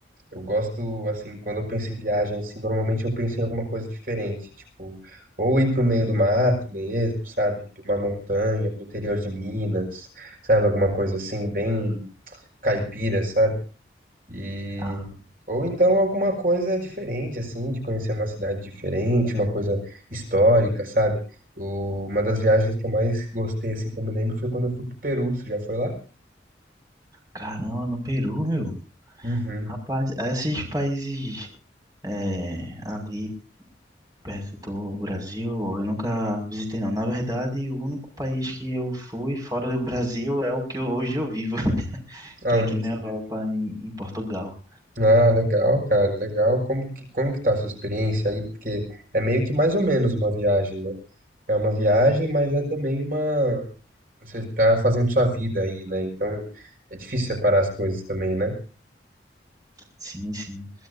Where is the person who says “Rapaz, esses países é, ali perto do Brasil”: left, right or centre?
Right